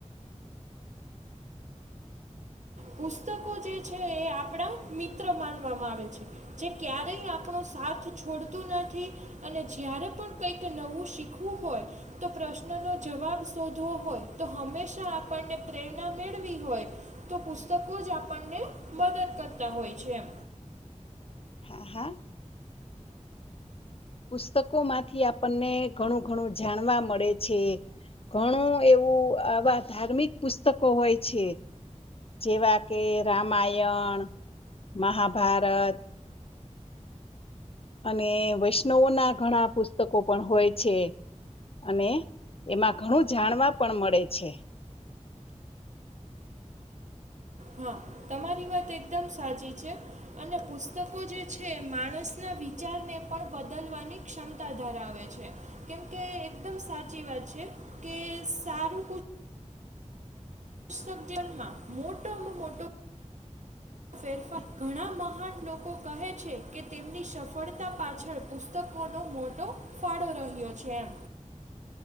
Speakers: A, on the right; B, on the left.
A: પુસ્તકો જે છે એ આપણા મિત્ર માનવામાં આવે છે. જે ક્યારેય આપણો સાથ છોડતું નથી. અને જય્યારે પણ કઈક નવું શીખવું હોય તો પ્રશ્ન નો જવાબ શોધવો હોય તો હંમેશા આપણને પ્રેરણા મેળવી હોય તો પુસ્તકો જ આપણને મદદ કરતા હોય છે.
B: હા, હા.. પુસ્તકો માંથી આપણને ઘણું ઘણું જાણવા મળે છે. ઘણું એવું આવા ધાર્મિક પુસ્તકો હોય છે. જેવા કે રામાયણ મહાભારત. અને વૈષ્ણવો ના ઘણા પુસ્તકો પણ હોય છે. અને એમાં ઘણું જાણવા પણ મળે છે.
A: હા તમારી વાત એકદમ સાચી છે. અને પુસ્તકો જે છે માણસના વિચારને પણ બદલવાની ક્ષમતા ધરાવે છે કેમ કે એકદમ સાચી વાત છે કે સારું ક <unintelligible> માં મોટોમાં મોટો ફેરફાર ઘણા મહાન લોકો કહે છે કે તેમની સફળતા પાછળ પુસ્ત તો કોનો મોટો ફાળો રહ્યો છે એમ.